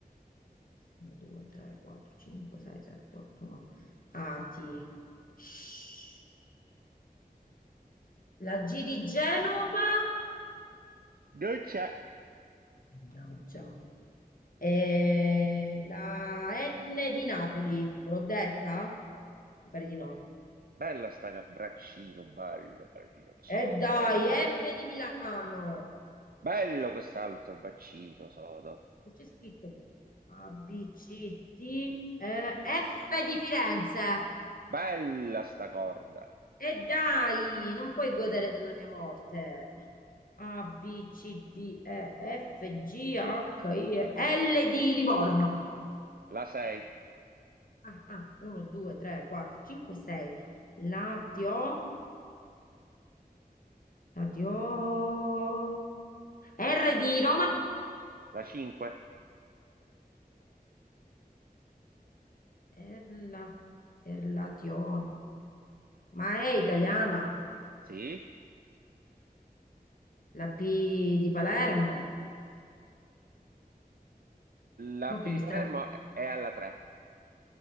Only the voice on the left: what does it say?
1, 2, 3, 4, 5, 6, 7, 8, 9. A, T. Shh. La G di Genova?
Mannaggia. E la N di Napoli, te l'ho detta? Mi pare di no.
E dai,
M di Milano.
Che c'è scritto qua? A, B, C, D, eh, F di Firenze.
E dai, non puoi godere della mia morte. A, B, C, D, E, F, G, H, I, E, L di Livorno.
Ah, ah, 1, 2, 3, 4, 5, 6. Latio, Latio. R di Roma?
Erla, Erlation. Ma è italiana?
La P di Palermo?
Mo
che
mi
stai qui.